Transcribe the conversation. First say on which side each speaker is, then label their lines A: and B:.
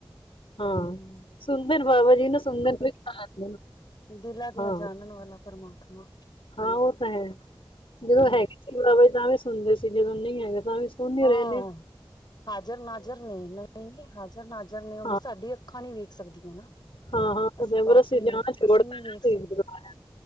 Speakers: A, on the left; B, on the left.
A: ਹਾਂ,
B: ਹੂੰ
A: ਸੁਨਦੇ ਨੇ ਬਾਬਾ ਜੀ ਨਾ ਸੁਨਦੇ ਨੇ <unintelligible>
B: ਦਿਲ ਦੀਆਂ
A: ਹਾਂ
B: ਜਾਨਨ ਵਾਲਾ ਪ੍ਰਮਾਤਮਾ।
A: ਹਾਂ ਓ ਤਾਂ ਹੈ। ਜਦੋਂ ਹੈਗੇ ਸੀ ਬਾਬਾ ਜੀ ਤਾਂ ਵੀ ਸੁਨਦੇ ਸੀ ਜਦੋਂ ਨਈ ਹੈਗੇ ਤਾਂ ਵੀ ਸੁਨਦੇ
B: ਹਾਂ
A: ਰੈਂਦੇ ਆਂ।
B: ਹਾਜ਼ਰ ਨਾਜ਼ਰ ਨੇ ਨਈ ਹਾਜ਼ਰ ਨਾਜ਼ਰ ਨੇ ਓ ਵੀ
A: ਹਾਂ
B: ਸਾਡੀ ਅੱਖਾਂ ਨੀ ਵੇਖ ਸਕਦੀਆਂ ਨਾ।
A: ਹਾਂ ਹਾਂ
B: ਅਸੀਂ
A: ਐਵਰ
B: ਪਾਪੀ
A: ਜਾਣਾ
B: ਆਂ
A: ਛੋੜਤਾ
B: ਅਸੀਂ ਨੀ ਵੇਖ
A: ਨਾ
B: ਸਕਦੇ,
A: ਗੁਰਦੁਆਰਾ